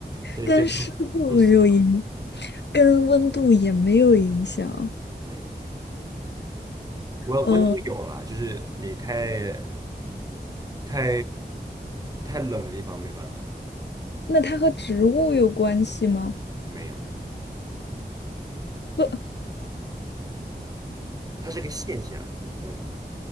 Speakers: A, on the right; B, on the left.
A: 对对，
B: 跟湿度没有影，
A: 多多思考，
B: 跟温度也没有影响。
A: 没有。我温度有了，
B: 嗯，
A: 就是你太太太冷的地方没办法，
B: 那它和植物有关系吗？
A: 没有，
B: 和
A: 它是个现象。嗯，